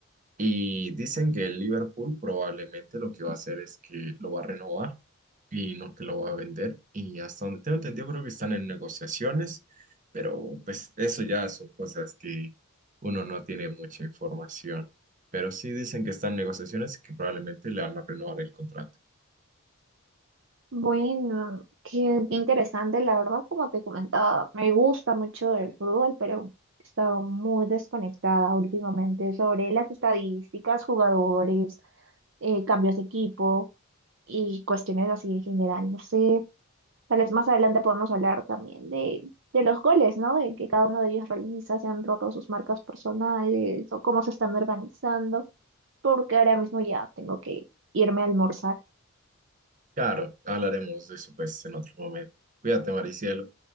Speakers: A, on the right (about 35°); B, on the right (about 60°).
A: Y dicen que el Liverpool probablemente lo que va a hacer es que lo va a renovar y no que lo va a vender. Y hasta donde tengo entendido, creo que están en negociaciones, pero pues eso ya son cosas que uno no tiene mucha información. Pero sí dicen que están en negociaciones y que probablemente le van a renovar el contrato.
B: Bueno, qué qué interesante, la verdad, como te comentaba, me gusta mucho el fútbol, pero he estado muy desconectada últimamente sobre las estadísticas, jugadores, eh, cambios de equipo y cuestiones así en general. No sé, tal vez más adelante podemos hablar también de, de los goles, ¿no? De que cada uno de ellos realiza, se han roto sus marcas personales o cómo se están organizando, porque ahora mismo ya tengo que irme a almorzar.
A: Claro, hablaremos de eso pues en otro momento. Cuídate, Maricielo.